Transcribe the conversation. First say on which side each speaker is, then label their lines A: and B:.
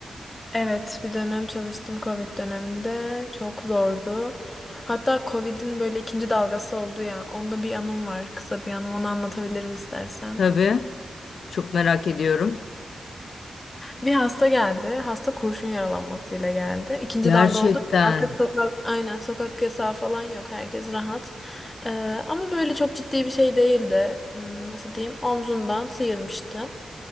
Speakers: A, on the left; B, on the left.
A: Evet bir dönem çalıştım Covid döneminde çok zordu. Hatta Covid'in böyle ikinci dalgası oldu ya onda bir anım var kısa bir anım onu anlatabilirim istersen.
B: Tabii. Çok merak ediyorum.
A: Bir hasta geldi. Hasta kurşun yaralanmasıyla geldi. İkinci
B: Gerçekten.
A: dalga oldu. Artık sokak, aynen sokak yasağı falan yok. Herkes rahat. Ee, ama böyle çok ciddi bir şey değildi. Hmm, Nasıl diyeyim? Omzundan sıyırmıştı.